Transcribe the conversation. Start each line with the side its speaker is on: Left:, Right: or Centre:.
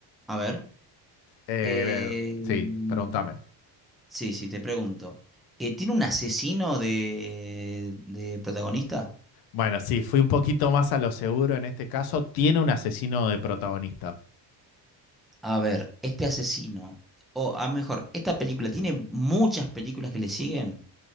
Centre: A ver.
Left: Eh,
Centre: Eh,
Left: sí,
Centre: mm,
Left: pregúntame.
Centre: sí, sí, te pregunto. Eh, ¿tiene un asesino de, de protagonista?
Left: Bueno, sí, fui un poquito más a lo seguro en este caso. Tiene un asesino de protagonista.
Centre: A ver, este asesino, o a mejor, esta película tiene muchas películas que le siguen.